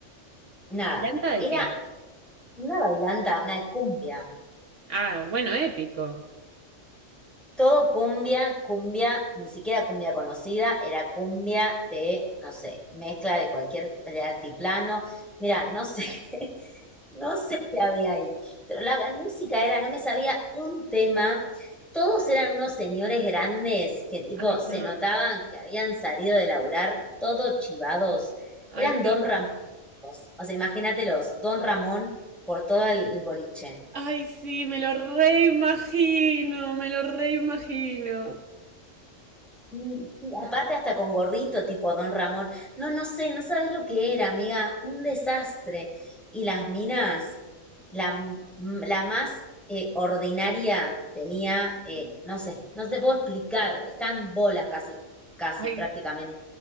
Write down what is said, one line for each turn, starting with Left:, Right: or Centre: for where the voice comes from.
Centre: nada,
Right: ¿Varianta de
Centre: era
Right: qué?
Centre: una bailanta, una cumbia.
Right: Ah, bueno, épico.
Centre: Todo cumbia, cumbia, ni siquiera cumbia conocida, era cumbia de, no sé, mezcla de cualquier, de altiplano. Mira, no sé, <laughs> No sé qué había ahí, pero la, la música era, no me sabía un tema. Todos eran unos señores grandes que tipo
Right: Ay,
Centre: se
Right: no.
Centre: notaban que habían salido de laburar todos chivados.
Right: Ay,
Centre: Eran
Right: qué
Centre: Don
Right: horror.
Centre: Ramón todos. O sea, imagínatelos, Don Ramón por todo el, el boliche.
Right: Ay, sí, me lo reimagino, me lo reimagino.
Centre: Sí, sí, aparte hasta con gorrito tipo Don Ramón. No, no sé, no sabes lo que era, amiga, un desastre. Y las minas, la, m- la más eh, ordinaria tenía, eh, no sé, no te puedo explicar, está en bolas casi, casi
Right: Ay,
Centre: prácticamente.